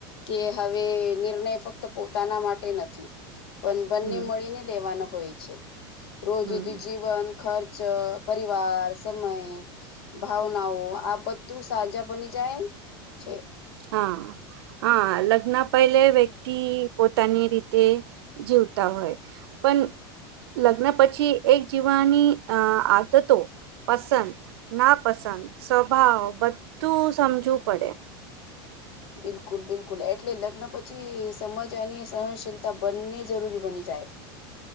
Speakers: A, on the left; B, on the right.
A: કે હવે નિર્ણય ફક્ત પોતાના માટે નથી પણ બંને
B: હમ
A: મળીને લેવાનો હોય છે રોજુદું
B: હમ
A: જીવન ખર્ચ પરિવાર સમય ભાવનાઓ આ બધું સાજા બની જાય છે.
B: હા. હા લગ્ન પહેલે વ્યક્તિ પોતાની રીતે જીવતા હોય. પણ લગ્ન પછી એક જીવવાની અ આદતો પસંદ. ના પસંદ સ્વભાવ બધું સમજવું પડે.
A: બિલકુલ બિલકુલ એટલે લગ્ન પછી સમજ અને સહનશીલતા બંને જરૂરી બની જાય.